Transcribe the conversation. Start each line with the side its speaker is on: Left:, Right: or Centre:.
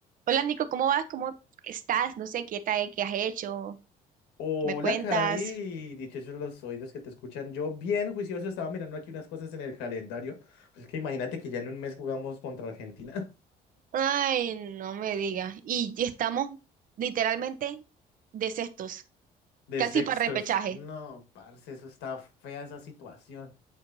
Right: Hola Nico, ¿cómo vas? ¿Cómo estás? No sé qué tal, qué has hecho,
Left: Hola,
Right: ¿Qué me cuentas.
Left: Cari, dichosos los oídos que te escuchan. Yo, bien juicioso, estaba mirando aquí unas cosas en el calendario. Pues es que imagínate que ya en un mes jugamos contra Argentina
Right: Ay, no me digas. Y ya estamos literalmente de sextos,
Left: <laughs> de
Right: casi
Left: sextos.
Right: para repechaje.
Left: No, parce, eso está fea esa situación.